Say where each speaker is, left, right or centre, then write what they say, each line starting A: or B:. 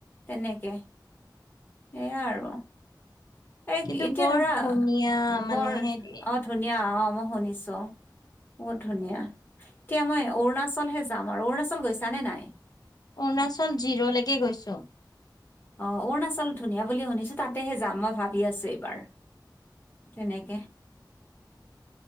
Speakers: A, on the left; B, on the left.
A: তেনেকে, সেয়াই আৰু। এ
B: কিন্তু
A: এতিয়া
B: বৰ
A: ধৰা
B: ধুনীয়া মানে
A: বৰ,
B: হেৰি
A: অ', ধুনীয়া অ মই শুনিছোঁ। বহুত ধুনীয়া, এতিয়া মই অৰুণাচলহে যাম আৰু অৰুণাচল গৈছা নে নাই?
B: অৰুণাচল জিৰ'লৈকে গৈছো।
A: অ, অৰুণাচল ধুনীয়া বুলি শুনিছো তাতেহে যাম মই ভাবি আছো এইবাৰ। তেনেকে